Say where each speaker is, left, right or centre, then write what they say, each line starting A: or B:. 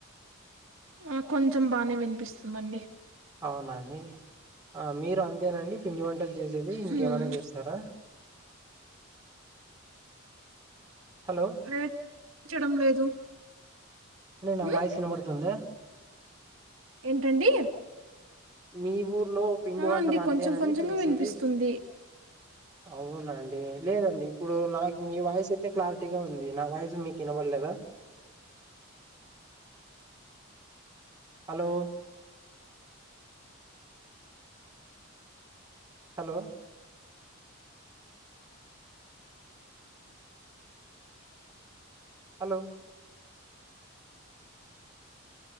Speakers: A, on the right; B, on the right.
A: ఆ కొంచెం బానే వినిపిస్తుందండి
B: అవునండి ఆ మీరు అంతేనండి పిండి వంటలు చేసేది ఇంకేమైనా
A: హ్మ్.
B: చేస్తారా హలో
A: లేదు చేఛిడం లేదు
B: నా
A: హ్మ్?
B: వాయిస్ వినబడుతుందా
A: ఏంటండి
B: మీ ఊర్లో పిండి
A: ఆ
B: వంటలు
A: అండి
B: అంతేనండి
A: కొంచెం కొంచెంగా
B: చేసేది
A: వినిపిస్తుంది
B: అవునండి లేదండి ఇప్పుడు నాకు మీ వాయిస్ అయితే క్లారిటీగా ఉంది నా వాయిసు మీకు వినబడలేదు లా
A: అ
B: హలో హలో హలో